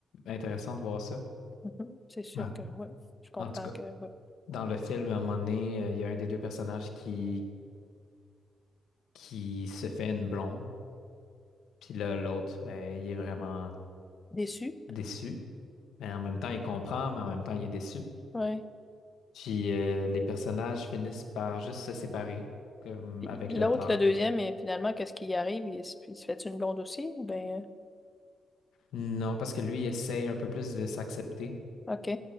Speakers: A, on the left (about 85°); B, on the left (about 20°).
A: intéressant de voir ça.
B: mhm, c'est sûr
A: Ouais.
B: que oui, je comprends
A: En tout cas,
B: que oui.
A: dans le film, à un moment donné, euh, il y a un des deux personnages qui qui se fait une blonde. Puis là, l'autre, ben, il est vraiment
B: Déçu,
A: déçu. Mais en même temps, il comprend, mais en même temps, il est déçu.
B: ouais.
A: Puis euh, les personnages finissent par juste se séparer comme
B: Puis
A: avec
B: l'autre,
A: le temps.
B: le deuxième, et finalement, qu'est-ce qui y arrive? Il, se il se fait une blonde aussi? Ou Ben,
A: Non, parce que lui, il essaye un peu plus de s'accepter,
B: euh, OK.